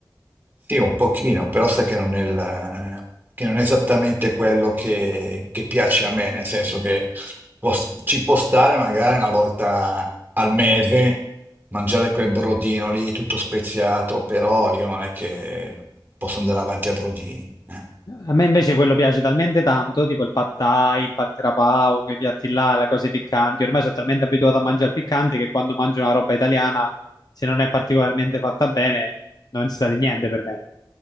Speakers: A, on the right; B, on the left.
A: Sì, un pochino, però sai che non è, il- che non è esattamente quello che, che piace a me, nel senso che può- ci può stare magari una volta al mese mangiare quel brodino lì tutto speziato, però io non è che posso andare avanti a brodini. eh.
B: A me invece quello piace talmente tanto, tipo il pad thai, il pad krapao, quei piatti là, le cose piccanti. Ormai sono talmente abituato a mangiare piccante che quando mangio una roba italiana, se non è particolarmente fatta bene, non si sa di niente per me.